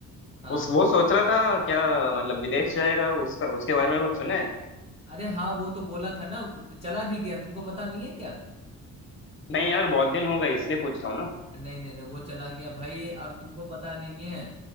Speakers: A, on the right; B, on the left.
A: हाँ
B: उस वो सोच रहा था क्या मतलब विदेश जाएगा उसका उसके बारे में कुछ सुने
A: अरे हाँ वो तो बोला था ना चला भी गया तुमको पता नहीं है क्या
B: नहीं यार बहुत दिन हो गए इसलिए पूछ रहा हूँ ना
A: नहीं नहीं नहीं वो चला गया भाई और तुमको पता नहीं है